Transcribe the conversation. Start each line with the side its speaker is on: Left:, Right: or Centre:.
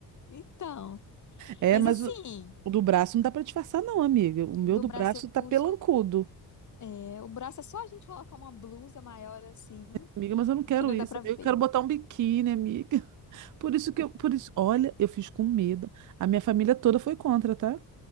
Left: Então.
Right: É,
Left: Mas
Right: mas
Left: assim,
Right: o, o do braço não dá pra disfarçar, não, amiga. O meu
Left: do
Right: do
Left: braço
Right: braço tá
Left: eu
Right: pelancudo.
Left: uso. É, o braço é só a gente colocar uma blusa maior assim.
Right: Amiga, mas eu não quero
Left: que não dá
Right: isso,
Left: pra
Right: amiga.
Left: ver.
Right: Eu quero botar um biquíni, amiga. Por isso que eu, por isso, olha, eu fiz com medo. A minha família toda foi contra, tá?